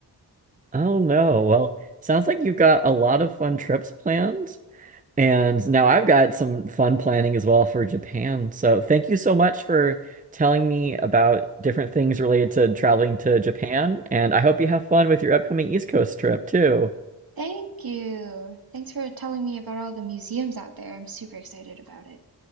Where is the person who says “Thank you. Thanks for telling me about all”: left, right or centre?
Right